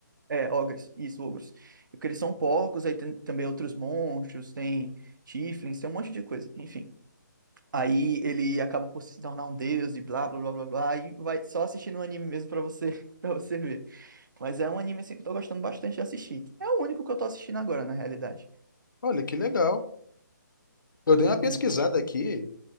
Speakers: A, on the right (about 75°); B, on the left (about 80°).
A: É, ogres, isso, ogros. E Porque eles são porcos, aí tem também outros monstros, tem tieflings, tem um monte de coisa, enfim. Aí ele acaba por se tornar um deus e blá blá blá blá blá, e vai só assistindo o anime mesmo pra você, <laughs> para você ver. Mas é um anime assim que eu tô gostando bastante de assistir. É o único que eu tô assistindo agora, na realidade.
B: Olha, que legal. Eu dei uma
A: Uhum.
B: pesquisada aqui.